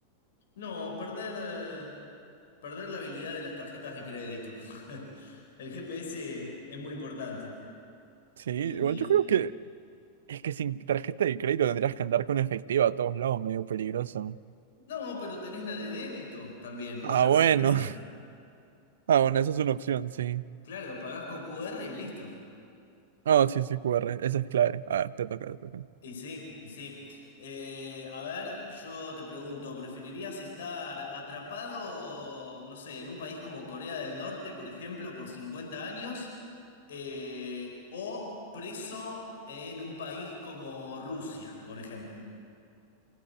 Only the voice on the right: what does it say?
Sí, igual
yo creo que es que sin tarjeta de crédito tendrías que andar con efectivo a todos lados, medio peligroso.
Ah,
bueno. <laughs> Ah, bueno, esa es una opción, sí.
Ah, sí, sí, QR, esa es clave. A ver, te toca, te toca.